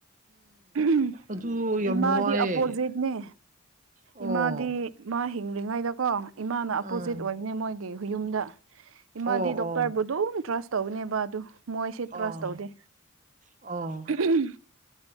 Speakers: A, on the right (about 75°); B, on the right (about 35°).
A: ꯎꯝ
B: ꯑꯗꯨ ꯌꯥꯝ
A: ꯏꯃꯥꯗꯤ
B: ꯋꯥꯏꯌꯦ
A: ꯑꯄꯣꯖꯤꯠꯅꯦ
B: ꯑꯣ
A: ꯏꯃꯥꯗꯤ ꯃꯥ ꯍꯤꯡꯂꯤꯉꯩꯗꯀꯣ ꯏꯃꯥꯅ
B: ꯎꯝ
A: ꯑꯄꯣꯖꯤꯠ ꯑꯣꯏꯕꯅꯦ ꯃꯣꯏꯒꯤ ꯍꯨꯌꯨꯝꯗ ꯏꯃꯥꯗꯤ
B: ꯑꯣ ꯑꯣ
A: ꯗꯣꯛꯇꯔꯕꯨ ꯑꯗꯨꯝ ꯇ꯭ꯔꯁ ꯇꯧꯕꯅꯦꯕ ꯑꯗꯨ ꯃꯣꯏꯁꯦ
B: ꯑꯣ
A: ꯇ꯭ꯔꯁ ꯇꯧꯗꯦ
B: ꯑꯣ
A: ꯎꯝ